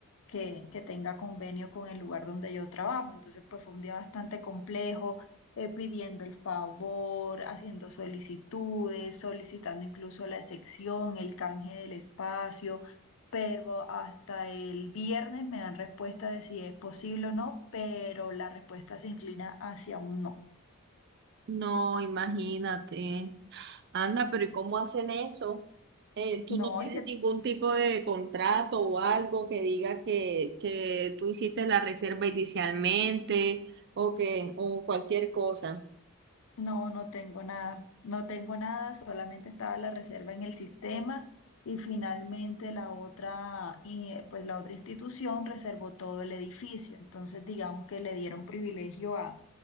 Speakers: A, on the left; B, on the right.
A: que, que tenga convenio con el lugar donde yo trabajo. Entonces, pues fue un día bastante complejo, eh, pidiendo el favor, haciendo solicitudes, solicitando incluso la excepción, el canje del espacio, pero hasta el viernes me dan respuesta de si es posible o no, pero la respuesta se inclina hacia un no.
B: no, imagínate. Anda, pero ¿y cómo hacen eso? Eh, ¿tú
A: No,
B: no tienes
A: y que-
B: ningún tipo de contrato o algo que diga que, que tú hiciste la reserva inicialmente o que o cualquier cosa?
A: no, no tengo nada, no tengo nada, solamente estaba la reserva en el sistema y finalmente la otra, y, eh, pues la otra institución reservó todo el edificio. Entonces, digamos que le dieron privilegio a,